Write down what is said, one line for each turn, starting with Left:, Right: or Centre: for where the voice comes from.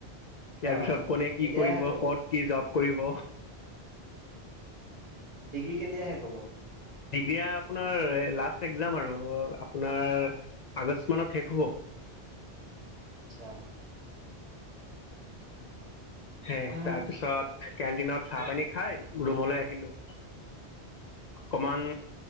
Left: ইয়াৰ
Right: অ'।
Left: পিছত কনে কি
Right: কেতিয়া
Left: কৰিব
Right: শেষ হ'ব?
Left: কত কি জব। কৰিব।
Right: ডিগ্ৰী কেতিয়া শেষ হব।
Left: ডিগ্ৰী আপোনাৰ লাষ্ট এক্সজাম আৰু আপোনাৰ। আগষ্ট মানত শেষ হ'ব।
Right: আচছা।
Left: হে
Right: আ,
Left: তাৰপিছত কেণ্টিনত চাহ পানী খাই ৰুমলৈ আহিলো। অকমান